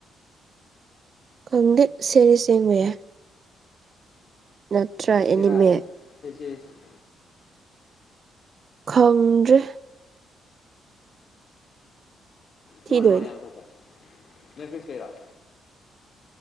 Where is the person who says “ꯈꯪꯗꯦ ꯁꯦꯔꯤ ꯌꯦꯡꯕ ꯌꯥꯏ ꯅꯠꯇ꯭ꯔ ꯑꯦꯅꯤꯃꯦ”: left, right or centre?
Right